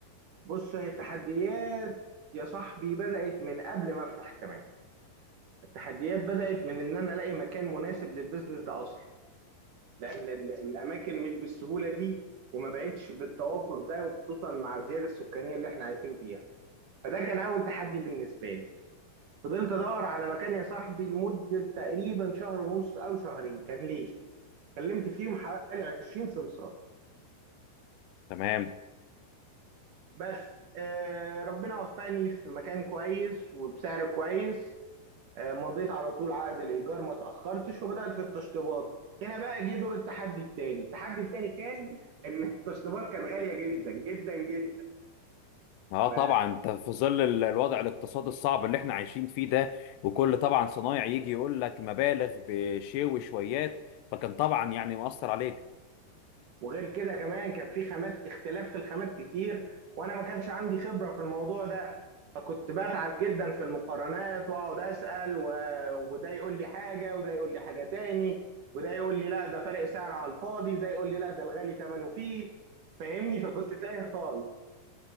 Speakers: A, on the right; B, on the left.
A: بص التحديات يا صاحبي بدأت من قبل ما افتح كمان التحديات بدأت من ان انا الاقي مكان مناسب للبيزنس ده اصلا لان ال- الاماكن مش بالسهوله دي وما بقتش بالتوافر ده وخصوصا مع الزياده السكانيه اللي احنا عايشين فيها فده كان اول تحدي بالنسبه لي فضلت ادور على مكان يا صاحبي لمده تقريبا شهر ونص او شهرين كان ليه كلمت فيهم حوالي 20 سمسار
B: تمام
A: بس آه ربنا وفقني في مكان كويس وبسعر كويس آه، مضيت على طول عقد الايجار ما تاخرتش وبدات في التشطيبات هنا بقى جه دور التحدي التاني التحدي التاني كان ان التشطيبات كانت غاليه جدا جدا جدا
B: اه
A: ف...
B: طبعا انت في ظل ال- الوضع الاقتصادي الصعب اللي احنا عايشين فيه ده وكل طبعا صنايع يجي يقول لك مبالغ بشيء وشويات فكان طبعا يعني مؤثر عليك
A: وغير كده كمان كان في خامات اختلاف في الخامات كتير وانا ما كانش عندي خبره في الموضوع ده فكنت بتعب جدا في المقارنات واقعد اسال و... وده يقول لي حاجه وده يقول لي حاجه تاني وده يقول لي لا ده فرق سعر على الفاضي وده يقول لي لا ده الغالي ثمنه فيه فاهمني فكنت تايه خالص